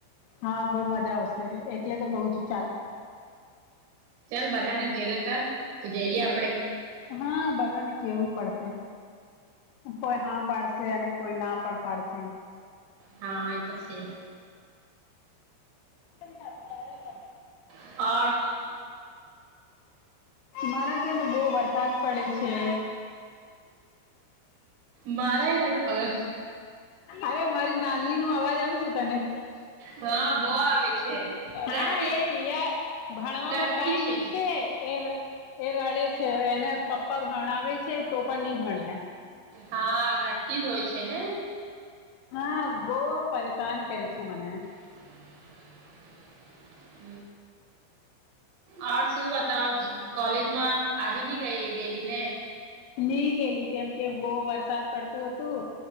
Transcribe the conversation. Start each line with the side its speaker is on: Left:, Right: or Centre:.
Left: હા બહુ મજા આવશે એટલે તો કું છું ચાલ
Right: ચાલ બધાને ભેગા કર તો જઈએ આપડે
Left: હા બધાને કેવું પડશે કોઈ હા પાડશે અને કોઈ ના પણ પાડશે
Right: હા એ તો સે.
Left: <unintelligible>
Right: <unintelligible>
Left: મારા ત્યાં બહુ વરસાદ પડે છે.
Right: મારા ન પણ.
Left: અરે મારી નાની નું અવાજ આવી છે તને
Right: હા બો આવે છે રડતી
Left: હા એ ભણવામાં
Right: રડતી
Left: કઈ
Right: છે
Left: નહી કે એ એ રડે છે એને પપ્પા ભણાવે છે તો પણ નહી ભણે
Right: હા લટકી જ હોય છે ને
Left: હા બહ પરેશાન કરે છે મને
Right: <unintelligible> હર શું બતાવ કોલેજમાં આજે નની ગઈ ગેલી ને.
Left: નહી ગેલી કેમ કે બહુ વરસાદ પડતું હતું